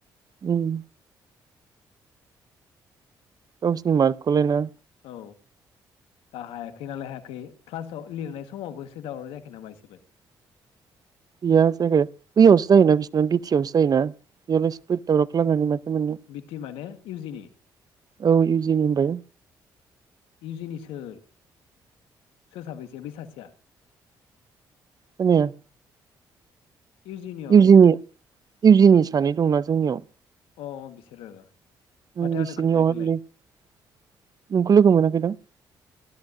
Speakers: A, on the right; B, on the left.
A: उम गावसिरनि मार्कखौलायना?
B: औ दा हायाखै नालाय हायाखै क्लासाव लिरनाय समावबोसो दावराव जायाखै नामा इसेबो।
A: गैया जायखै बैयावसो जायोना बिसोरना बिटियावसो जायोना बेयावलाय सोर दावराव खालामनानै माथो मोननो
B: बिटि माने इउजिनि
A: औ इउजिनि होनबाय
B: इउजिनि सो सोर साबैसो बै सासेया
A: खोनाया
B: इउजिनियावलाय
A: नि
B: सोर
A: इउजिनि सानै दंना जोंनियाव
B: अ-अ बिसोरो
A: उ
B: माथो
A: बिसोरनि
B: आंनो खोन्थायाखैलाय
A: अरलै नोंखौ लोगो मोनाखै दां।